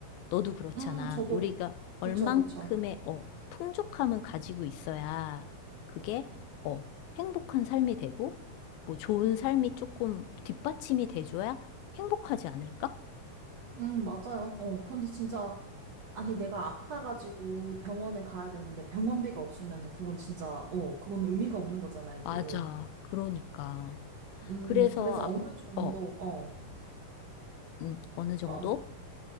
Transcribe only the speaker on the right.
음, 저도.
그쵸,
그쵸.
음, 맞아요. 어, 근데 진짜, 아니, 내가 아파가지고 병원에 가야 되는데 병원비가 없으면 그건 진짜, 어, 그건 의미가 없는 거잖아요,
또.
음,
그래서
어느 정도,
어,
어,